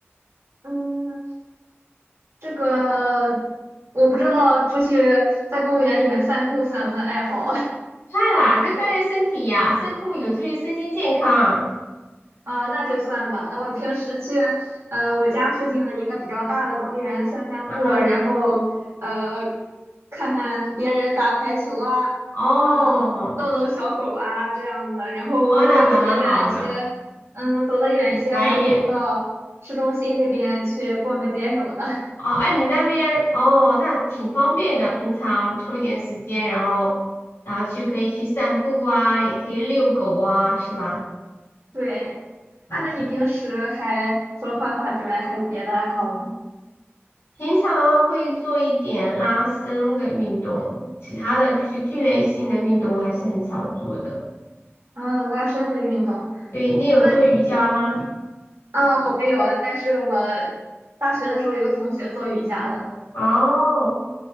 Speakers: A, on the right; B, on the left.
A: 嗯，这个我不知道出去在公园里面散步算不算爱好啊。
B: 算啦，就锻炼身体呀、散步有助于身心健康。
A: 啊、那就算吧。那我平时去呃我家附近的一个比较大的公园散散步啊然后呃
B: 嗯，
A: 看看别人打排球啊，
B: 哦，
A: 嗯、逗逗小狗啊这样子。然后如果走得远一些，
B: 哦，那那蛮好的，
A: 嗯，走得远一些还会到市中心那边去逛个街什么的。
B: 晚一点。
A: <laughs>
B: 哦，哎，你那边哦，那挺方便的。平常抽一点时间，然后，然后去可以去散步啊，也可以遛狗啊，是吧？
A: 对，
B: 那挺
A: 那你平时还除了画画之外，还有别的爱好吗？
B: 平常的话会做一点拉伸的运动，其他的就是剧烈性的运动我还是很少做的。
A: 啊，拉伸的运动。
B: 对，你有做瑜伽吗？
A: 那啊，我没有啊，但是我大学的时候有个同学做瑜伽的，
B: 哦，